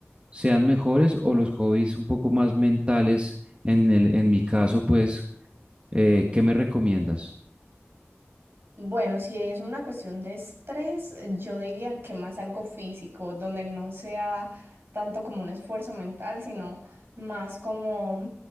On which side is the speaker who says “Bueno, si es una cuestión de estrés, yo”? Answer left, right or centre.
Right